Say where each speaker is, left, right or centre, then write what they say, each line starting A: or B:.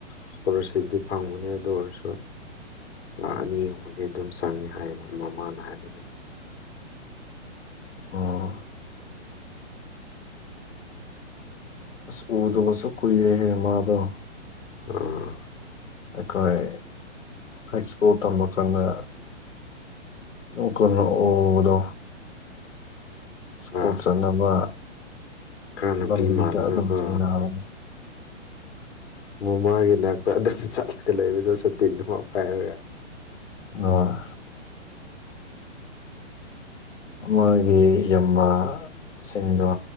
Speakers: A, on the left (about 55°); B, on the left (about 85°).
A: ꯏꯁꯀꯣꯂꯥꯔꯁꯤꯞꯇꯗꯤ ꯐꯪꯕꯅꯤ ꯑꯗꯨ ꯑꯣꯏꯔꯁꯨ ꯂꯥꯛ ꯑꯅꯤꯒꯨꯝꯕꯗꯤ ꯑꯗꯨꯝ ꯆꯪꯏ ꯍꯥꯏꯌꯦꯕ ꯃꯃꯥꯅ ꯍꯥꯏꯕꯗꯣ
B: ꯑꯣ ꯑꯁ ꯎꯗꯕꯁꯨ ꯀꯨꯏꯔꯦ ꯍꯦ ꯃꯥꯗꯣ
A: ꯎꯝ
B: ꯑꯩꯈꯣꯏ ꯍꯥꯏ ꯁ꯭ꯀꯨꯜ ꯇꯝꯕ ꯀꯥꯟꯗ ꯑꯗꯨꯝꯀꯥꯟꯗ ꯎꯕꯗꯣ
A: ꯈꯔ
B: ꯁ꯭ꯀꯨꯜ ꯆꯠꯅꯕ
A: ꯈꯔ ꯅꯨꯄꯤ
B: ꯂꯝꯕꯤꯗ
A: ꯃꯥꯜꯂꯒꯀꯣ
B: ꯑꯗꯨꯝ ꯊꯦꯡꯅꯕꯅꯤ
A: ꯃꯃꯥꯒꯤ ꯅꯛ ꯑꯗꯨꯝ ꯆꯠꯂꯒ ꯂꯩꯕꯗꯣꯁꯨ ꯇꯤꯟꯗꯨ ꯑꯃ ꯄꯥꯏꯔꯒ
B: ꯑꯣ ꯃꯥꯒꯤ ꯌꯝꯕ ꯁꯤꯡꯗꯣ